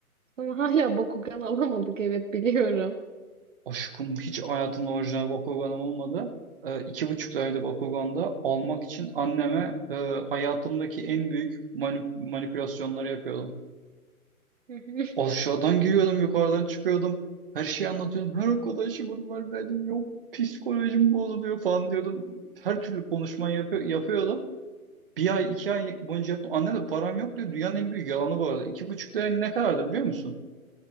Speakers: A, on the right; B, on the right.
A: Ama hala Bakugan alamadık evet biliyorum.
B: Aşkım hiç hayatımda orijinal Bakugan'ım olmadı. Ee, iki buçuk tane Bakugan'da almak için anneme e, hayatımdaki en büyük mani- manipülasyonları yapıyordum.
A: Hı hı.
B: Aşağıdan giriyordum, yukarıdan çıkıyordum. Her şeyi anlatıyordum. Her arkadaşımın var benim yok. Psikolojim bozuluyor falan diyordum. Her türlü konuşma yapı- yapıyordum. Bir ay, iki ay boyunca yaptım. Anne de param yok diyor. Dünyanın en büyük yalanı bu arada. İki buçuk lira ne kadardı biliyor musun?